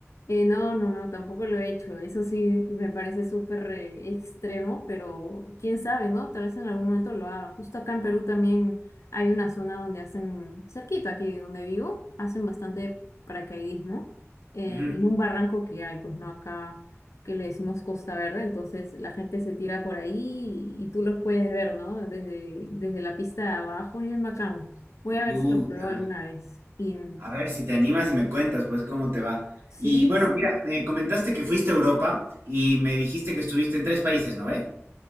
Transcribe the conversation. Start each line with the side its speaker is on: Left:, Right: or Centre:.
Left: Eh, no, no, no, tampoco lo he hecho. Eso sí me parece súper eh, extremo, pero quién sabe, ¿no? Tal vez en algún momento lo haga. Justo acá en Perú también hay una zona donde hacen, cerquita aquí donde vivo, hacen bastante paracaidismo eh,
Right: Ujú.
Left: en un barranco que hay, pues no acá que le decimos Costa Verde, entonces la gente se tira por ahí y, y tú los puedes ver, ¿no? Desde, desde la pista de abajo, es bien bacán. Voy a ver
Right: Uy,
Left: si lo pruebo
Right: ya.
Left: alguna vez. Y mm,
Right: A ver si te animas y me cuentas, pues, cómo te va.
Left: sí,
Right: Y bueno,
Left: sí, sí.
Right: mira, me comentaste que fuiste a Europa y me dijiste que estuviste en tres países, ¿no ve?